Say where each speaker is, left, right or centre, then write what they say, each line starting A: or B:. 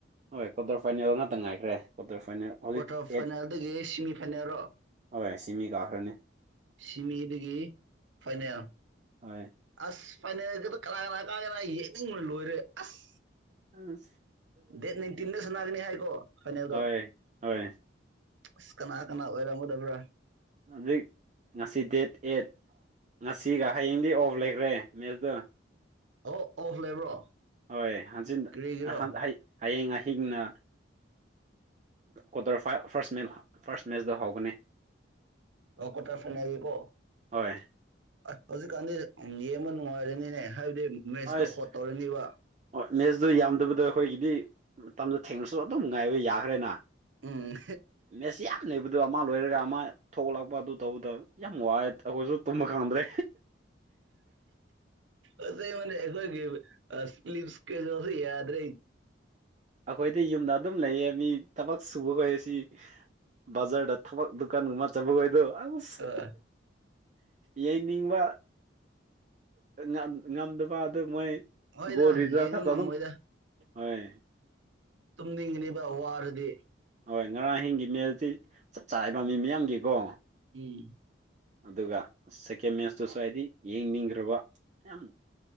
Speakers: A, on the right; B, on the right.
A: ꯍꯣꯏ ꯀ꯭ꯋꯥꯇꯔ ꯐꯥꯏꯅꯦꯜ ꯉꯥꯛꯇ ꯉꯥꯏꯈ꯭ꯔꯦ ꯀ꯭ꯋꯥꯇꯔ ꯐꯥꯏꯅꯦꯜ ꯍꯧꯖꯤꯛ
B: ꯀ꯭ꯋꯥꯇꯔ
A: ꯑꯦꯠ
B: ꯐꯥꯏꯅꯦꯜꯗꯒ ꯁꯤꯃꯤ ꯐꯥꯏꯅꯦꯜ ꯔꯣ
A: ꯍꯣꯏ ꯁꯤꯃꯤ ꯀꯥꯈ꯭ꯔꯅꯤ
B: ꯁꯤꯃꯤꯗꯒꯤ ꯐꯥꯏꯅꯦꯜ
A: ꯍꯣꯏ
B: ꯑꯁ ꯐꯩꯅꯦꯜꯒꯤꯗ ꯀꯅꯥ ꯀꯅꯥ ꯀꯥꯒꯦꯔꯥ ꯌꯦꯅꯤꯡꯕꯅ ꯂꯣꯏꯔꯦ ꯑꯁ
A: ꯎ
B: ꯗꯦꯠ ꯅꯥꯢꯟꯇꯤꯟꯗ ꯁꯟꯅꯒꯅꯤ ꯍꯥꯏꯀꯣ ꯐꯥꯢꯅꯦꯜꯗꯣ
A: ꯍꯣꯏ ꯍꯣꯏ
B: ꯑꯁ ꯀꯅꯥ ꯀꯅꯥ ꯑꯣꯏꯔꯝꯒꯗꯕ꯭ꯔꯥ
A: ꯍꯨꯖꯤꯛ ꯉꯁꯤ ꯗꯦꯠ ꯑꯦꯠ ꯉꯁꯤꯒ ꯍꯌꯦꯡꯗꯤ ꯑꯣꯐ ꯂꯩꯈ꯭ꯔꯦ ꯃꯦꯗ
B: ꯑꯣ ꯑꯣꯐ ꯂꯩꯕ꯭ꯔꯣ
A: ꯍꯣꯏ ꯍꯟꯖꯤꯟ
B: ꯀꯔꯤꯒꯤꯔꯣ
A: ꯍꯟ ꯍꯩ ꯍꯌꯦꯡ ꯑꯍꯤꯡꯅ ꯀ꯭ꯋꯥꯇꯔ ꯐꯥꯢꯜ ꯐꯥꯔꯁ ꯃꯦꯜ ꯐꯥꯔꯁ ꯃꯦꯠꯆꯗ ꯍꯧꯕꯅꯤ
B: ꯑꯣ ꯀ꯭ꯋꯥꯔꯇꯔ ꯐꯥꯏꯅꯦꯜ ꯀꯣ
A: ꯍꯣꯏ
B: ꯑꯠ ꯍꯧꯖꯤꯛꯀꯥꯟꯗꯤ ꯎꯝ ꯌꯦꯡꯕ ꯅꯨꯡꯉꯥꯏꯔꯅꯤꯅꯦ ꯍꯥꯏꯕꯗꯤ ꯃꯦꯠꯁꯇꯣ
A: ꯑꯁ
B: ꯍꯣꯠ ꯇꯧꯔꯅꯤꯕ
A: ꯑꯣ ꯃꯦꯠꯁꯗꯣ ꯌꯥꯝꯗꯕꯗꯣ ꯑꯩꯈꯣꯏꯒꯤꯗꯤ ꯃꯇꯝꯗꯣ ꯊꯦꯡꯂꯁꯨ ꯑꯗꯨꯝ ꯉꯥꯏꯕ ꯌꯥꯈ꯭ꯔꯦꯅꯥ
B: ꯎꯝ
A: ꯃꯦꯠꯁ ꯌꯥꯝ ꯂꯩꯕꯗꯣ ꯑꯃ ꯂꯣꯏꯔꯒ ꯃꯥ ꯊꯣꯛꯂꯛꯄ ꯑꯗꯨ ꯇꯧꯕꯗꯣ ꯌꯥꯝ ꯋꯥꯏ ꯑꯈꯣꯏꯁꯨ ꯇꯨꯝꯕ ꯈꯪꯗ꯭ꯔꯦ
B: ꯑꯍꯦꯍꯦꯍꯦ ꯑꯁꯦꯡꯕꯅꯦ ꯑꯩꯈꯣꯢꯒꯤ <unintelligible> ꯀꯩꯅꯣꯗꯣ ꯌꯥꯗ꯭ꯔꯦ
A: ꯑꯈꯣꯏꯗꯤ ꯌꯨꯝꯗ ꯑꯗꯨꯝ ꯂꯩꯌꯦ ꯃꯤ ꯊꯕꯛ ꯁꯨꯕ ꯈꯣꯏꯁꯤ ꯕꯖꯥꯔꯗ ꯊꯕꯛ ꯗꯨꯀꯥꯟꯒꯨꯝꯕ ꯆꯠꯄ ꯈꯣꯢꯗꯨ ꯑꯁ
B: ꯑꯥ
A: ꯌꯦꯡꯅꯤꯡꯕ ꯉꯝ ꯉꯝꯗꯕ ꯑꯗꯨ ꯃꯣꯏ
B: ꯍꯣꯏꯗ
A: ꯒꯣꯜ ꯔꯤꯖꯜꯁ
B: ꯌꯦꯡꯕ
A: ꯈꯛꯇ
B: ꯉꯝꯃꯣꯏꯗ
A: ꯑꯗꯨꯝ ꯍꯣꯢ
B: ꯇꯨꯝꯅꯤꯡꯒꯅꯤꯕ ꯋꯥꯔꯗꯤ
A: ꯍꯣꯏ ꯉꯔꯥꯡ ꯑꯍꯤꯡꯒꯤ ꯃꯦꯜꯗꯤ ꯆꯞ ꯆꯥꯢꯌꯦꯕ ꯃꯤ ꯃꯤꯌꯥꯝꯒꯤꯀꯣ
B: ꯏ
A: ꯑꯗꯨꯒ ꯁꯦꯀꯦꯟ ꯃꯦꯠꯁꯇꯨꯁꯨ ꯍꯥꯏꯗꯤ ꯌꯦꯡꯅꯤꯡꯈ꯭ꯔꯕ ꯌꯥꯝ